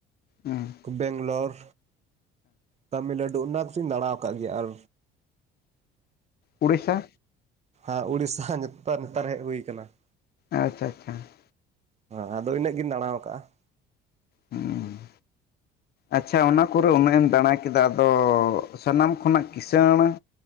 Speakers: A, on the left; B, on the right.
A: ᱦᱮᱸ ᱾
B: ᱵᱮᱝᱜᱞᱳᱨ ᱛᱟᱢᱤᱞᱱᱟᱹᱰᱩ ᱚᱱᱟ ᱠᱚᱫᱚᱧ ᱫᱟᱬᱟᱣ ᱟᱠᱟᱫ ᱜᱮᱭᱟ, ᱟᱨ
A: ᱩᱲᱤᱥᱥᱟ
B: ᱟᱨ ᱩᱲᱤᱥᱥᱟᱹ ᱱᱮᱛᱟᱨ ᱱᱮᱛᱟᱨ ᱦᱮᱡ ᱦᱩᱭ ᱟᱠᱟᱱᱟᱱᱟ ᱾
A: ᱟᱪᱪᱷᱟ ᱟᱪᱪᱷᱟ ᱾
B: ᱦ ᱟᱫᱚ ᱤᱱᱟᱹᱜ ᱜᱤᱧ ᱫᱟᱬᱟᱣ ᱟᱠᱟᱜᱼᱟ ᱾
A: ᱦᱩᱸ ᱟᱪᱪᱷᱟ ᱾ ᱚᱱᱟ ᱠᱚᱨᱮ ᱩᱱᱟᱹᱜ ᱮᱢ ᱫᱟᱬᱟ ᱠᱮᱫᱟ ᱟᱫᱚ ᱥᱟᱱᱟᱢ ᱠᱷᱚᱱᱟᱜ ᱠᱤᱥᱟᱹᱬ